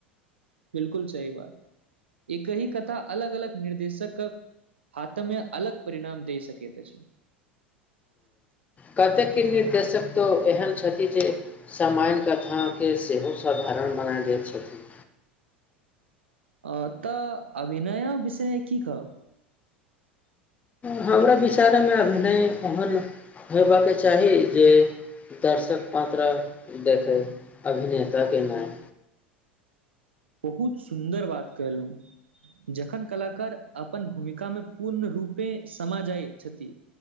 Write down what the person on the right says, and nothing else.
बिलकुल सही बात एकहि कथा अलग अलग निर्देशकके हाथमे अलग परिणाम दे सकेत अच्छी
<inaudible> अ तऽ अभि न्या विषय की कहब
बहुत सुन्दर बात कयलहुँ जखन कलाकार अपन भूमिकामे पूर्ण रूपे समा जाइत छथि